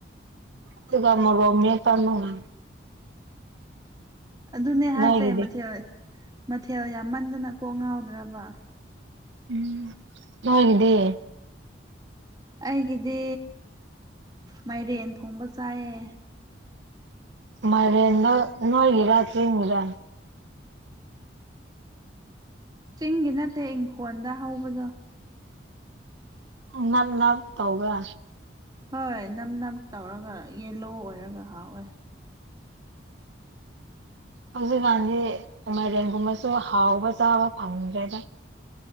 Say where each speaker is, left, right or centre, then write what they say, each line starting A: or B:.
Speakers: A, on the right; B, on the right.
A: ꯑꯗꯨꯒ ꯃ‌ꯣꯔ‌ꯣꯛ ꯃ‌ꯦꯠꯄ ꯑꯃꯒ
B: ꯑꯗꯨꯅꯦ ꯍꯥꯏꯁꯦ
A: ꯅꯣꯏꯒꯤꯗꯤ
B: ꯃꯊꯦꯜ ꯃꯊꯦꯜ ꯌꯥꯝꯃꯟꯗꯅ ꯀꯣꯛ ꯉꯥꯎꯗ꯭ꯔꯕ
A: ꯎꯝ ꯅꯣꯏꯒꯤꯗꯤ
B: ꯑꯩꯒꯤꯗꯤ ꯃꯥꯏꯔꯦꯟ ꯊꯣꯡꯕ ꯆꯥꯏꯌꯦ
A: ꯃꯥꯏꯔ‌ꯦꯟꯗ‌ꯣ ꯅꯣꯏꯒꯤꯔꯥ ꯆꯤꯡꯒꯤꯔꯥ
B: ꯆꯤꯡꯒꯤ ꯅꯠꯇꯦ ꯏꯪꯈꯣꯟꯗ ꯍꯧꯕꯗꯣ
A: ꯅꯄꯣꯛ ꯅꯄ ꯇꯧꯕ꯭ꯔꯥ
B: ꯍꯣꯏ ꯅꯝ ꯅꯞ ꯇꯧꯔꯒ ꯌꯦꯂꯣ ꯑꯣꯏꯔꯒ ꯍꯥꯎꯋꯦ
A: ꯍꯧꯖꯤꯛꯀꯥꯟꯗꯤ ꯃꯥꯏꯔ‌ꯦꯟꯒꯨꯝꯕꯁꯨ ꯍꯥꯎꯕ ꯆꯥꯕ ꯐꯪꯗ꯭ꯔꯦꯗ